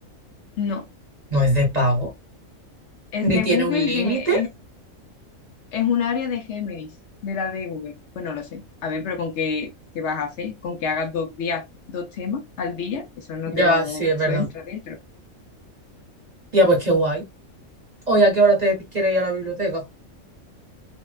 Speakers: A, on the left; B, on the right.
A: No,
B: No es de pago.
A: es
B: ¿Ni
A: de
B: tiene
A: Google,
B: un límite?
A: de, Es un área de Géminis, de la de Google. Pues no lo sé. A ver, pero con qué, qué vas a hacer, con que hagas dos días, dos temas al día, eso no
B: Ya,
A: te lo,
B: sí, es
A: eso
B: verdad.
A: entra dentro.
B: Tía, pues qué guay. ¿Hoy a qué hora te quieres ir a la biblioteca?